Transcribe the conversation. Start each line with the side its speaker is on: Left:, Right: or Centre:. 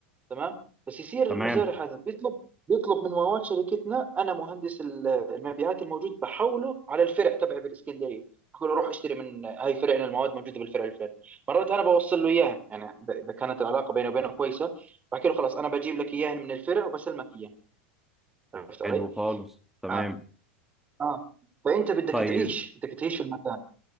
Right: تمام بس يصير المزارع
Centre: تمام
Right: هذا بيطلب بيطلب من مواد شركتنا انا مهندس ال- المبيعات الموجود بحوله على الفرع تبعي بالاسكندريه بقول له روح اشتري من هاي فرعنا المواد موجوده بالفرع الفلاني مرات انا بوصل له اياها يعني اذا إذا كانت العلاقه بيني وبينه كويسه بحكي له خلاص انا بجيب لك اياها من الفرع وبسلمك اياها عرفت علي؟
Centre: حلو خالص تمام
Right: اه اه فانت بدك
Centre: طيب
Right: تعيش بدك تعيش في المكان